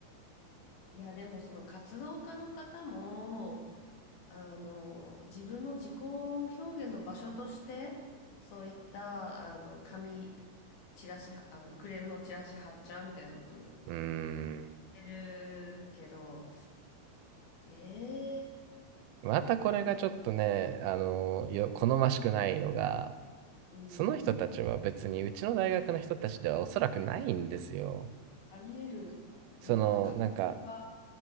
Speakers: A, on the left; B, on the right.
A: いや、でもその活動家の方も、あの、自分の自己表現の場所として、そういった、あの、紙、チラシ、あの、クレームのチラシ貼っちゃうみたいなことし
B: うーん。
A: てるけど、ねえ、
B: またこれがちょっとね、あの、よ、好ましくないのが、
A: うん、
B: その人たちは別にうちの大学の人たちではおそらくないんですよ。
A: あり得る、
B: その、
A: うん、活動が、
B: なんか、